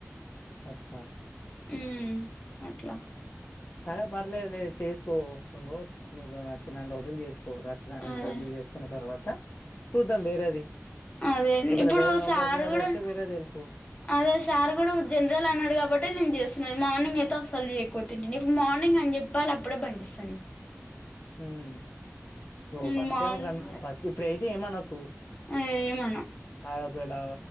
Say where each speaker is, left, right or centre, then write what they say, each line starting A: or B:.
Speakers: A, on the left (about 45°); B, on the left (about 25°).
A: అచ్చా
B: ఉహ్మ్ అట్లా
A: సరే పర్లేదు లే చేసుకో నీకు నచ్చి నన్ని రోజు జులు చేసుకో నచ్చినన్నీ
B: అదే
A: రోజులు చేసుకున్న తర్వాత చూద్దాం వేరేది
B: అదే
A: ఒకవేళ
B: ఇప్పుడు
A: వేరేది
B: సారు
A: ఆపర్చునిటీ
B: కూడా
A: వస్తే వేరేది వెళ్ళిపో
B: అదే సార్ కూడా జనరల్ అన్నాడు కాబట్టే నేను చేస్ తున్న మార్నింగ్ అయితే అసలు చేయకపోతుంటినీ మార్నింగ్ అని చెప్పాలి అప్పుడే బంజేస్తా నేను
A: మ్ ఓ
B: నేను
A: ఫస్ట్
B: మార్నింగ్
A: ట ఏమ కన్ ఫస్ట్ ఇప్పుడ అయితే ఏమనకు
B: అదే ఏమనా
A: ఆడ ఒకవేళ